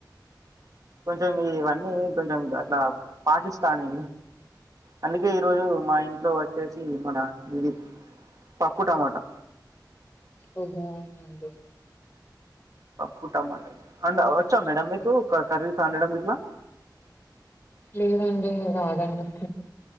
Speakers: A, on the right; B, on the left.
A: కొంచెం ఇవన్నీ కొంచెం అట్లా పాటిస్తాను అందుకే ఈరోజు మా ఇంట్లో వచ్చేసి మన ఇది పప్పు టమాటా
B: ఓహో అవునండి
A: పప్పు టమాటా అ వచ్చా మేడం మీకు కర్రీస్ అండడం ఇట్లా
B: లేదండి రాదండి